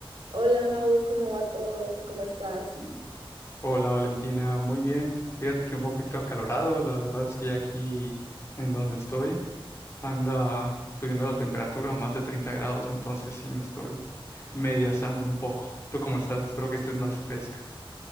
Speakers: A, on the right (about 70°); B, on the left (about 30°).
A: Hola Mau, ¿cómo va todo? ¿Cómo estás?
B: Hola Valentina, muy bien. Fíjate que un poquito acalorado, la verdad es que ya aquí en donde estoy anda subiendo la temperatura a más de 30 grados, entonces sí me estoy medio asando un poco. ¿Tú cómo estás? Espero que estés más fresca.